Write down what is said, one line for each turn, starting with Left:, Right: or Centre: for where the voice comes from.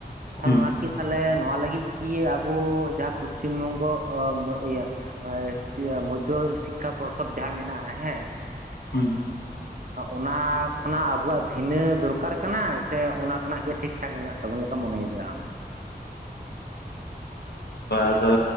Right: ᱛᱟᱦᱚᱞᱮ
Left: ᱦᱩᱸ
Right: ᱱᱚᱣᱟ ᱠᱤ ᱛᱟᱦᱚᱞᱮ ᱱᱚᱣᱟ ᱞᱟᱹᱜᱤᱜ ᱠᱤ ᱟᱵᱚ ᱡᱟᱦᱟᱸ ᱯᱚᱥᱪᱤᱢ ᱵᱚᱝᱜᱚ <unintelligible> ᱤᱭᱟᱹ <unintelligible> ᱢᱚᱫᱽᱫᱷᱚ ᱥᱤᱠᱠᱷᱟ ᱯᱚᱨᱥᱚᱫ ᱡᱟᱦᱟᱸ ᱢᱮᱱᱟᱜᱼᱟ ᱦᱮᱸ᱾
Left: ᱦᱩᱸ᱾
Right: ᱚᱱᱟ ᱠᱷᱚᱱᱟᱜ ᱟᱵᱚᱣᱟᱜ ᱵᱷᱤᱱᱟᱹ ᱫᱚᱨᱠᱟᱨ ᱠᱟᱱᱟ ᱥᱮ ᱚᱱᱟ ᱠᱷᱚᱱᱟᱜ ᱜᱮ ᱴᱷᱤᱠ ᱴᱷᱟᱠ ᱢᱮᱱᱟᱜ ᱛᱟᱵᱚᱱ ᱞᱮᱠᱟᱢ ᱢᱚᱱᱮ ᱭᱮᱫᱟᱢ?
Left: ᱟᱫᱚ